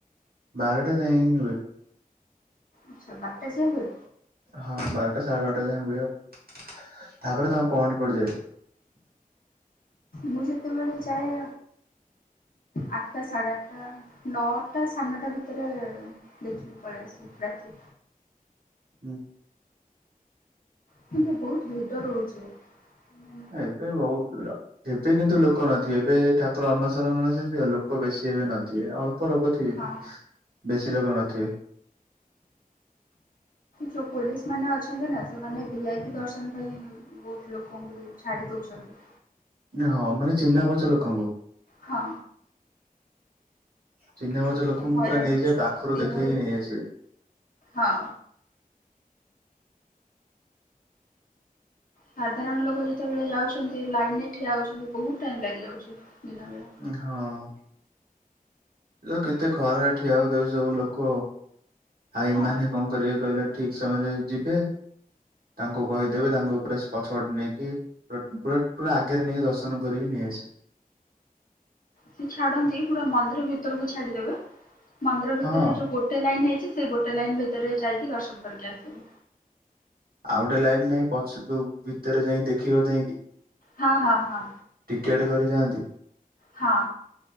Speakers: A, on the right; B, on the left.
A: ବାରଟା ଯାଏଁ ହିଁ ହୁଏ।
B: ଆଛା ବାରଟା ସେ ହୁଏ।
A: ହଁ ବାରଟା ସାଢେ ବାରଟା ଯାଏ ହୁଏ ଆଉ। ତାପରେ ତାଇଜ ଘ ଙର ପହଣ୍ଡି ପଡିଯାଏ।
B: ମୁଁ ଯେତେବେଳେ ଯାଏ। ଆଠଟା ସାଢ଼େ ଆଠଟା। ନଅଟା ସାଢ଼େ ନଟା ଭିତରେ ଦେଖିକି ପଳେଇ ଆସିବି ରାତି।
A: ହୁଁ।
B: କିନ୍ତୁ ବହୁତ ଭିଡ ରହୁଚି ହୁଁ।
A: ଏବେ ବହୁତ ଦୂର। ଏବେ କିନ୍ତୁ ଲୋକ ନଥିବେ ଏବେ ଠାକୁର ଅନ୍ନସରଣରେ ଅଛନ୍ତି। ଲୋକ ବେଶୀ ଏବେ ନଥିବେ। ଅଳ୍ପ ଲୋକ ଠି
B: ହଁ
A: ବେଶୀ ଲୋକ ନଥିବେ?
B: ଯୋଉ ପୋଲିସ ମାନେ ଅଛନ୍ତି ନା ସେମାନେ ଭିଆଇପି ଦର୍ଶନ ପାଇଁ। ବହୁତ ଲୋକଙ୍କୁ ଛାଡି ଦଉଚନ୍ତି।
A: ହଁ ମାନେ ଚିହ୍ନା ପଚିଚୟ ଲୋକଙ୍କୁ।
B: ହଁ।
A: ଚିହ୍ନା ପରିଚୟ
B: ସେଥିପାଇଁ
A: ଲୋକଙ୍କୁ
B: ହଇରାଣ
A: ପୁରା ନେଇଯିବେ
B: ହଉଛନ୍ତି
A: ପାଖରୁ
B: ଦିନବେଳେ
A: ଦେଖେଇକି ନେଇ ଆସିବେ
B: ହଁ। ସାଧାରଣ ଲୋକ ଯେତେବେଳେ ଯାଉଛନ୍ତି ଲାଇନରେ ଠିଆ ହେଉଛନ୍ତି। ବହୁତ ଟାଇମ୍ ଲାଗିଯାଉଚି ଦିନବେଳା।
A: ଢ ଯେ କେତେ ଖରାରେ ଠିଆହୋଉ ଯୋଉ ସବୁ ଲୋକ। ଆାଇମାନେ
B: ହଁ
A: କଣ କରିବେ କହିଲେ? ଠିକ ସମୟରେ ଯିବେ। ତାଙ୍କୁ କହିଦେବେ ତାଙ୍କୁ ପେସ ପଛ ପଟେ ନେଇକି ତତେ ପୁରା ପୁରା ଆଗରେ ନେଇକି ଦର୍ଶନ କରିକି ନେଇଆସିବି।
B: ସେ ଛାଡନ୍ତି ପୁରା ମନ୍ଦିର ଭିତରକୁ ଛାଡିଦେବେ। ମନ୍ଦିର ଭିତରେ
A: ହଁ
B: ଯୋଉ ଗୋ ଗୋଟେ ଲାଇନ୍ ହେଇଛି। ସେ ଗୋଟେ ଲାଇନ ଭିତରେ ଯାଇକି ଦର୍ଶନ କରିକି ଆସିବେ?
A: ଆଉ ଗୋଟେ ଲାଇନ ନାଇଁ ପଛକୁ ଭିତରେ ଯାଇକି ଦେଖିବ ଯାଇକି।
B: ହଁ ହଁ ହଁ।
A: ଟିକେଟ କରି ଯାଆନ୍ତି।
B: ହଁ।